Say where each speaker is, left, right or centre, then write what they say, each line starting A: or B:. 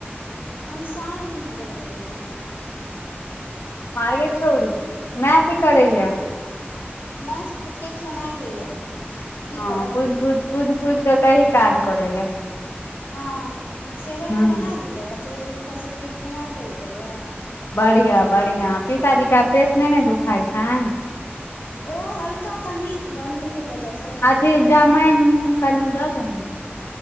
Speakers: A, on the left; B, on the left.
A: हम साँझ मे देनेे रहहि
B: मारग छौड़ी मैय की करैय
A: मैंसमे किखेनाइ दैया की
B: हँ
A: करत
B: कुद कुद कुद कुद कऽ कहि काज करै लए
A: आ सेवइ
B: हँ
A: हम बना देलियै तऽ फेर उठक सबके खेनाइ देलकै यए
B: बढ़िया बढ़िया पीसाजी के
A: कनि
B: आइ पेट
A: रुकि
B: नइ ने दुखाइ छनि
A: ओ हल्का कनि गर्मी से बच्चा
B: अथी जमाइन नून कनि दऽ दहुं